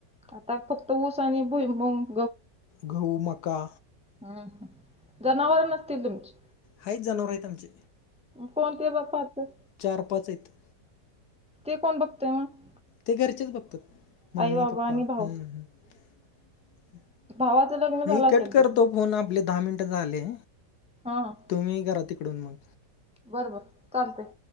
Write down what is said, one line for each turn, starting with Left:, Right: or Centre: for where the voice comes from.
Centre: आता फक्त ऊस आणि भुईमुग
Left: गहु मका
Centre: हम्म ह जनावर नसतील तुमची
Left: हायत जनावर हायत आमची
Centre: कोन ते बा पाहत
Left: चार पाच हायत.
Centre: ते कोण बघतय मग
Left: ते घरचेच बघतात मम्मी
Centre: आई बाबा
Left: पप्पा
Centre: आणि भाऊ
Left: हम्म हम्म
Centre: भावाचं लग्न झालं
Left: मी
Centre: असेल
Left: कट करतो
Centre: कि
Left: फोन आपले दहा मिनिट झाले.
Centre: हा हा.
Left: तुम्ही करा तिकडून मग
Centre: बर-बर चालतय